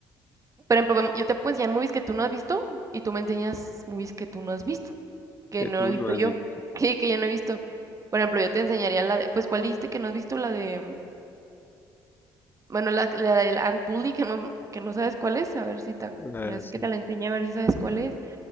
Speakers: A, on the right; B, on the left.
A: por ejemplo, yo te puedo enseñar movies que tú no has visto y tú me enseñas movies que tú no has visto. que
B: Que
A: no
B: tú
A: he visto
B: no has
A: yo,
B: visto.
A: <laughs> que, que yo no he visto. Por ejemplo, yo te enseñaría la de, pues, ¿cuál dijiste que no has visto? La de, mm, bueno, la, la del Ant Bully, que no, que no sabes cuál es, a ver si te,
B: Ah,
A: ya sé
B: sí.
A: que te la enseñé, a ver si sabes cuál es.